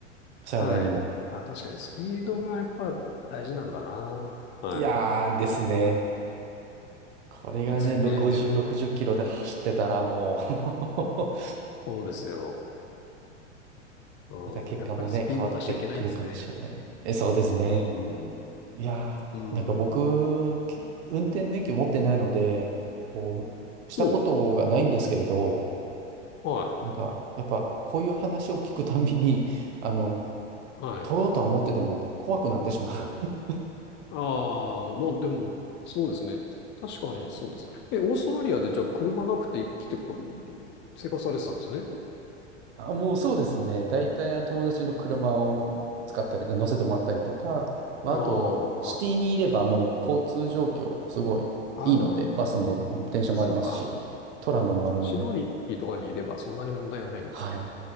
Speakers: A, on the right (about 65°); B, on the left (about 30°).
A: 幸いにも。
B: はい。あ、確かにスピードがやっぱ大事なんだな。はい。
A: いやーですね。これがね、
B: ですね。
A: ろ50、60キロで走ってたらもう <laughs>
B: そうですよ。うん。
A: また結果もね、
B: やっぱりスピード出しちゃいけないんですね。
A: 変わってくるかもしれない。え、そうですね。
B: うん。う
A: いやー、
B: ん。
A: なんか僕、き運転免許持ってないので、こう、したことがないんですけれど、
B: お、はい。
A: なんか、やっぱ、こういう話を聞くたんびに、<laughs> あの、
B: はい。
A: 取ろうとは思ってても怖くなってしまう。<laughs>
B: ああ、まあでも、そうですね。確かにそうですね。え、オーストラリアでじゃあ車なくて生きてこ、生活されてたんですね。
A: あ、もうそうですね。大体、あの、友達の車を使ったり、乗せてもらったりとか、まあ、
B: ああ、
A: あと、シティにいればもう交通状況、すごいいいので、
B: ああ、
A: バスも電車もありますし、
B: そっか。
A: トラムもあるので、
B: シドニーとかにいればそんなに問題はないのか。
A: はい、